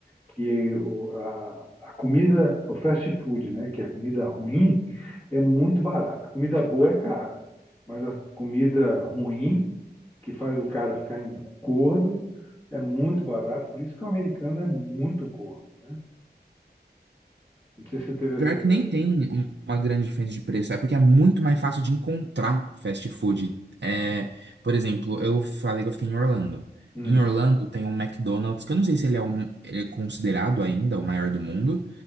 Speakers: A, on the left; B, on the right.
A: que o, a, a comida, o fast food, né, que é comida ruim, é muito barata. A comida boa é cara, mas a comida ruim, que faz o cara ficar em- gordo, é muito barato. Por isso que o americano é muito gordo, né? Não sei se você teve
B: Pior
A: essa...
B: que nem tem um- uma grande diferença de preço, é porque é muito mais fácil de encontrar fast food. É, por exemplo, eu falei que eu fiquei em Orlando.
A: Hum,
B: Em Orlando tem um McDonald's, que eu não sei se ele é, um, ele é considerado ainda o maior do mundo,